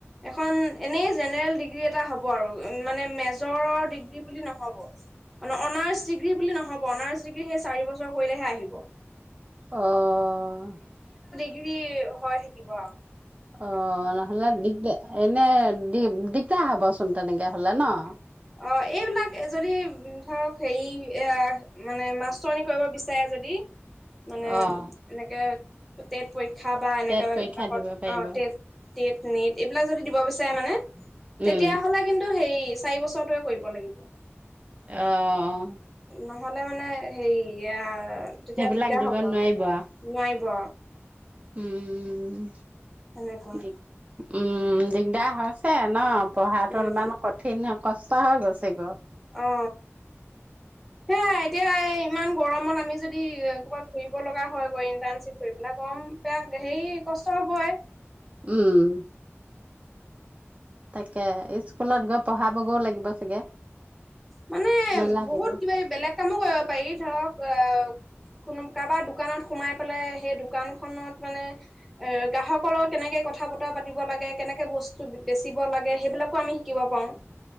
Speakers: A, in the centre; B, on the right (about 30°).
A: এখন এনেই জেনেৰেল ডিগ্ৰী এটা হ'ব আৰু মানে মেজৰৰ ডিগ্ৰী বুলি নহব অনা অনাৰ্চ ডিগ্ৰী বুলি নহব অনাৰ্চ ডিগ্ৰী সেই চাৰিবছৰ কৰিলেহে আহিব
B: অহ
A: গ্ৰী হৈ থাকিব আও
B: অ নহ'লে দিগদাৰ এনে দিম দিগদাৰ হবচোন তেনেকে হলে ন
A: অ এইবিলাক যদি ধৰক হেৰি এ মানে মাষ্টৰনি কৰিব বিচাৰে যদি মানে
B: অ',
A: এনেকে টেট পৰীক্ষা খাবা এনেকে
B: টেট পৰীক্ষা
A: বাকত
B: দিব পাৰিব।
A: অ তেজ টেট নেট এইবিলাক যদি দিব বিচাৰে মানে
B: উম,
A: তেতিয়া হ'লে কিন্তু হেৰি চাৰিবছৰ টোৱে কৰিব লাগিব
B: অহ
A: নহলে মানে হেৰি এয়া তেতিয়া
B: সেইবিলাক
A: দিগদাৰ
B: দিব
A: হ'ব নোৱাৰিব
B: আৰু। উম
A: এনেকোৱা
B: দিগ উম দিগদাৰ হৈছে ন পঢ়াটো
A: উম
B: অলপমান কঠিন ন কষ্টা হয় গচে গ
A: অ সেয়াই এতিয়া ইমান গৰমত আমি যদি ক'ৰবাত ঘুৰিব লগা হয় ইণ্টাৰণশিপ কৰি পেলাই গৰম বেয়া হেৰি কষ্ট হবই
B: উম তাকে স্কুলত গৈ পঢ়াবগৈও লাগিব চাগে
A: মানে
B: নালাগিব
A: বহুত কিবা কি বেলেগ কামো কৰিব পাৰি ধৰক অ কোনো কাৰবা দোকানত সোমাই পেলাই সেই দোকানখনত মানে গ্ৰাহকৰ লগত কেনেকে কথা বতৰা পাতিব লাগে কেনেকে বস্তু বেচিব লাগে সেইবিলাকো আমি শিকিব পাৰোঁ